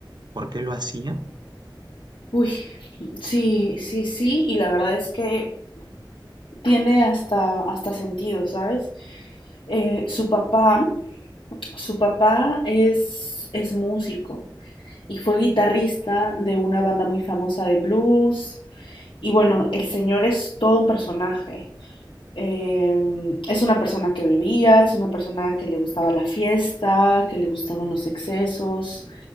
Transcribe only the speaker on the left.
Uy, sí, sí, sí, y la verdad es que tiene hasta, hasta sentido, ¿sabes? Eh, su papá, su papá es, es músico y fue guitarrista de una banda muy famosa de blues. Y bueno, el señor es todo un personaje. Eh, es una persona que bebía, es una persona que le gustaba la fiesta, que le gustaban los excesos.